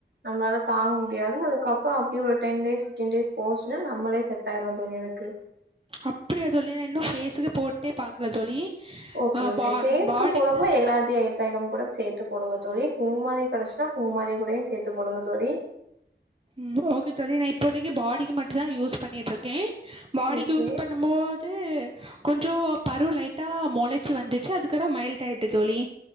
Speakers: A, on the right; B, on the right.
A: நம்மளால தாங்க முடியாது அதுக்கப்பறோ அப் ப்டியே ஒரு டென் டேஸ் ஃபிப்டின் டேஸ் போச்சின்னா நம்மளே செட் ஆயிருவோ தோழி அதுக்கு
B: அப்டியா தோழி நா இன்னு ஃபேஸ்க்கு போட்டே பாக்கல தோழி.
A: ஓகே
B: அஹ்
A: ஓகே
B: பா
A: ஃபேஸ்க்கு
B: பாடிக்கு
A: போடொம்போ எல்லாதயு எடு தைலம் கூட சேத்து போடுங்க தோழி குங்குமாதி கெடச்சின்னா குங்குமாதி கூடயு சேத்து போடுங்க தோழி.
B: ம் ஓகே தோழி நா இப்போதைக்கி பாடிக்கு மட்டுதா யூஸ் பண்ணீட்டுருக்கே. பாடிக்கு
A: ஓகே
B: யூஸ் பண்ணம்போ து கொஞ்சோ பரு லைட்டா மொளைச்சி வந்துச்சு அதுக்கற மைல்டாய்ட்டு தோழி.